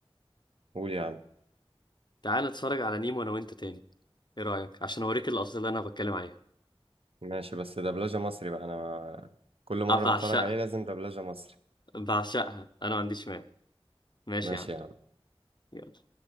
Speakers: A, on the right (about 70°); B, on the left (about 45°).
A: قول يا عم
B: تعال نتفرج على نيمو أنا وأنت تاني إيه رأيك عشان أوريك اللقطات اللي أنا بتكلم عليها
A: ماشي بس دبلجة مصري بقى أنا كل مرة
B: أنا بعشقها
A: بتفرج عليه لازم دبلجة مصري
B: بعشقها أنا ما عنديش مانع ماشي
A: ماشي
B: يا عم
A: يا عم
B: يلا